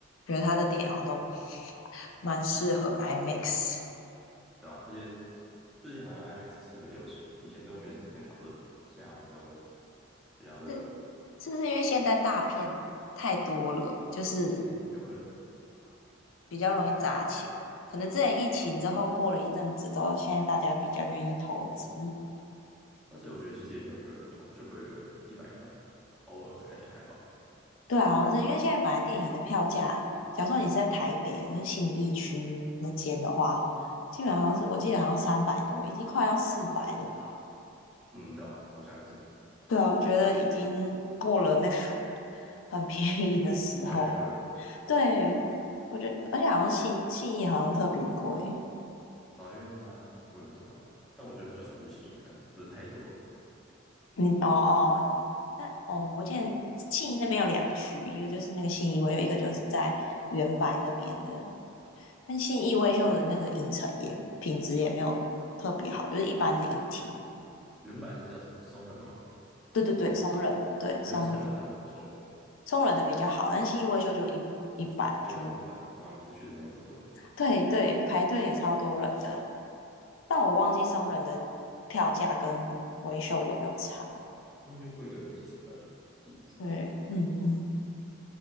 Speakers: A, on the left; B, in the centre.
A: 觉得他的电影好像都蛮适合 IMAX。
B: 对啊，而且最近好像 IMAX 特别流行，以前都没怎么太讨论，现在好像都比较热门。
A: 是是不是因为现在大片太多了，就是
B: 嗯，有可能。
A: 比较容易砸钱。可能之前疫情之后过了一阵子之后，现在大家比较愿意投资。
B: 而且我觉得其实也没有贵很多啊就贵个一百块，偶尔看也还好。
A: 对啊，好像是因为现在本来电影的票价，假如说你是在台北跟信义区那间的话，基本上好像是我记得好像三百多，已经快要四百了吧？
B: 嗯，对啊，好像是
A: 对啊，我觉得已经过了那个 <laughs> 很便宜的时候。
B: 越来越贵。
A: 对，我觉得而且好像信信义好像特别贵。
B: 对啊，因为它我也不知道，但我就比较少去新影看，人太多了。
A: 嗯，哦哦，但哦，我记得信义那边有两区，一个就是那个信义威秀，有一个就是在原白那边的。但信义威秀的那个影城也品质也没有特别好，就是一般的影厅。
B: 原版那是叫什么松仁吗？
A: 对对对，
B: 还是叫什么？
A: 松仁，对松仁，
B: 我觉得松仁的很不错欸
A: 松仁的比较好，但信义威秀就一一般，
B: 就很一般啊。
A: 就
B: 然后每次去的人有很多，
A: 对对，排队也超多人的。但我忘记松仁的票价跟威秀有没有差。
B: 应该就贵个几十块而已，记得是。
A: 对，嗯嗯，